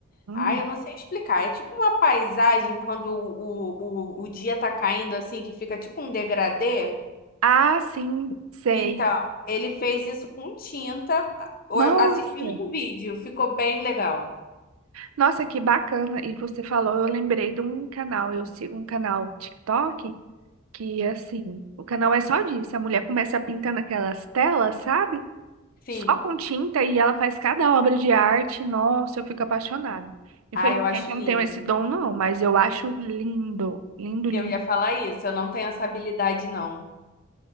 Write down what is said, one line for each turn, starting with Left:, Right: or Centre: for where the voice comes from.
Right: Hum.
Left: Ai, eu não sei explicar. É tipo uma paisagem quando o, o, o, o dia tá caindo assim, que fica tipo um degradê.
Right: Ah, sim, sei.
Left: Então, ele fez isso com tinta, a- o-
Right: Nossa,
Left: assistindo um vídeo. Ficou bem legal.
Right: nossa, que bacana. E você falou, eu lembrei de um canal, eu sigo um canal TikTok. que assim, o canal é só disso. A mulher começa a pintar naquelas telas, sabe?
Left: Sim.
Right: Só com tinta e ela faz cada obra de arte. Nossa, eu fico apaixonada. Infelizmente
Left: Ah, eu acho
Right: eu
Left: lindo.
Right: não tenho esse dom não, mas eu acho lindo, lindo, lindo.
Left: Eu ia falar isso, eu não tenho essa habilidade, não.